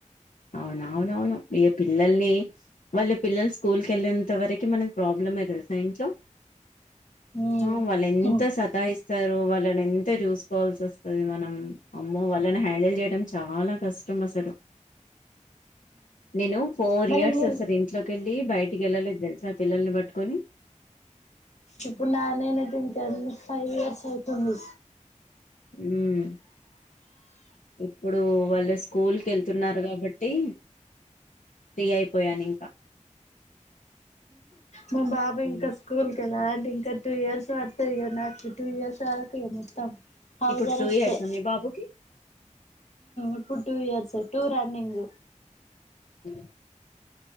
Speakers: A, on the left; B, on the left.
A: అవున అవునవును ఇగ పిల్లల్ని వాళ్ళు పిల్లలు స్కూల్కి వెళ్ళేంత వరకి మనం ప్రాబ్లం అయితది కద ఇంట్లో
B: మ్మ్
A: ఆ వాళ్ళు ఎంత సతాయిస్తారో వాళ్ళని ఎంత చూస్ తీసుకోవాల్సి వస్తుంది మనం అమ్మో వాళ్ళని హ్యాండిల్ చేయడం చాలా కష్టం అసలు నేను ఫోర్
B: మరి
A: ఇయర్స్
B: మీరు
A: అసలు ఇంట్లోకెళ్ళి బయటికి వెళ్ళలేదు తెలుసా ఆ పిల్లల్ని పట్టుకొని <inaudible>
B: ఇప్పుడు నా నేనే ఐతే ఫైవ్ ఇయర్స్ అవుతుంది
A: హ్మ్మ్ ఇప్పుడు వాళ్ళు స్కూల్కి వెళ్తున్నారు కాబట్టి ఫ్రీ అయిపోయాను ఇంకా
B: మా బాబు
A: ఉమ్,
B: ఇంకా స్కూల్ కెళ్ళాలి అండి ఇంకా టూ ఇయర్స్ పడతారు ఇక నాకు టూ ఇయర్స్ వరకు ఇ మొత్తం హౌస్
A: ఇప్పుడు
B: అరెస్టే
A: టూ ఇయర్స్ అ మీ బాబుకి
B: ఇప్పుడు టూ ఇయర్స్ టూ రన్నింగ్
A: <inaudible>